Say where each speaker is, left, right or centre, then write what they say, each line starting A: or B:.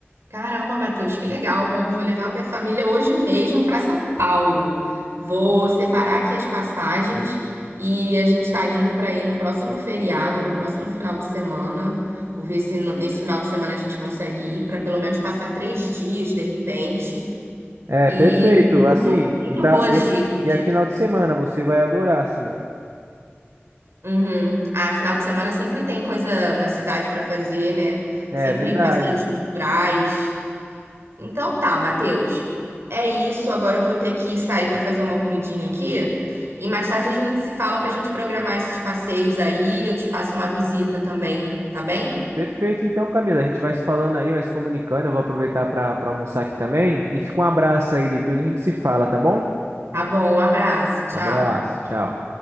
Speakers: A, on the right; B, on the right.
A: Caramba, Matheus, que legal. Bom, vou levar minha família hoje mesmo para São Paulo. Vou separar aqui as passagens e a gente está indo para ir no próximo feriado, no próximo final de semana. Vou ver se no- nesse final de semana a gente consegue ir para pelo menos passar três dias de repente.
B: É,
A: E
B: perfeito,
A: muito,
B: assim,
A: muito
B: e tá,
A: boas
B: e,
A: dicas.
B: e é final de semana, você vai adorar, assim.
A: Uhum. Ah, final de semana sempre tem coisa na cidade para fazer, né?
B: É
A: Sempre
B: verdade.
A: passeios culturais. Então tá, Matheus. É isso. Agora eu vou ter que sair pra fazer uma comidinha aqui. E mais tarde a gente se fala pra gente programar esses passeios aí. Eu te faço uma visita também, tá bem?
B: Perfeito, então, Camila, a gente vai se falando aí, vai se comunicando. Eu vou aproveitar para para almoçar aqui também. E fica um abraço aí, depois a gente se fala, tá bom? Um
A: Tá bom, um abraço. Tchau.
B: abraço, tchau.